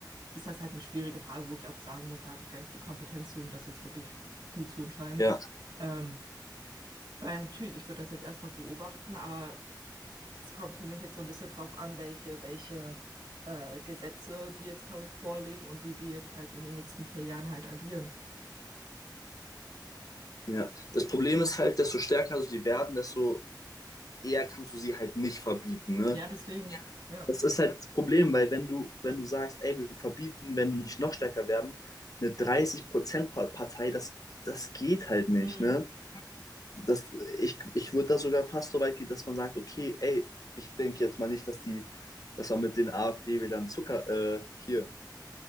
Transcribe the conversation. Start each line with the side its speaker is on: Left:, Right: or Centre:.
Right: ist das halt eine schwierige Frage, wo ich auch sagen muss, da habe ich gar nicht die Kompetenz zu, um das jetzt wirklich gut zu entscheiden.
Left: Ja,
Right: Ähm, weil natürlich, ich würde das jetzt erstmal beobachten, aber es kommt für mich jetzt so ein bisschen drauf an, welche, welche äh, Gesetze die jetzt, glaube ich, vorlegen und wie die jetzt halt in den nächsten vier Jahren halt agieren.
Left: ja. Das Problem ist halt, desto stärker so die werden, desto eher kannst du sie halt nicht verbieten, ne?
Right: Ja, deswegen, ja.
Left: Das ist halt das Problem, weil wenn du, wenn du sagst, ey, wir verbieten, wenn die nicht noch stärker werden, eine 30%-Partei, das, das geht halt nicht,
Right: Hm,
Left: ne? Das, ich ich würde da sogar fast so weit gehen, dass man sagt, okay, ey, ich denke jetzt mal nicht, dass die, dass man mit den AfD-Wählern Zucker, äh, hier,